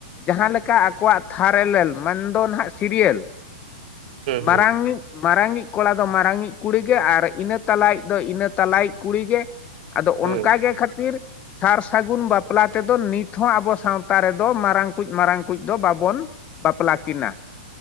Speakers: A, on the left; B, on the right.
A: ᱡᱟᱦᱟᱸ ᱞᱮᱠᱟ ᱟᱠᱚᱣᱟᱜ ᱛᱷᱟᱨ ᱮᱞᱮᱞ ᱢᱟᱱᱫᱚ ᱱᱟᱦᱟᱸᱜ ᱥᱤᱨᱭᱮᱞ ᱢᱟᱨᱟᱝᱤᱡ......
B: ᱦᱩᱸ ᱦᱩᱸ
A: ᱢᱟᱨᱟᱝᱤᱡ ᱠᱚᱲᱟ ᱫᱚ ᱢᱟᱨᱟᱝᱤᱡ ᱠᱩᱲᱤ ᱜᱮ ᱟᱨ ᱤᱱᱟᱹ ᱛᱟᱞᱟᱭᱤᱡ ᱫᱚ ᱤᱱᱟᱹ ᱛᱟᱞᱟᱭᱤᱡ ᱠᱩᱲᱤ ᱜᱮ ᱟᱫᱚ
B: ᱦᱩᱸ
A: ᱚᱱᱠᱟᱜᱮ ᱠᱷᱟᱹᱛᱤᱨ ᱥᱟᱨ ᱥᱟᱹᱜᱩᱱ ᱵᱟᱯᱞᱟ ᱛᱮᱫᱚ ᱱᱤᱛ ᱦᱚᱸ ᱟᱵᱚ ᱥᱟᱶᱛᱟ ᱨᱮ ᱫᱚ ᱢᱟᱨᱟᱝ ᱠᱚᱡ ᱢᱟᱨᱟᱝ ᱠᱚᱡ ᱫᱚ ᱵᱟᱵᱚᱱ ᱵᱟᱯᱞᱟ ᱠᱤᱱᱟ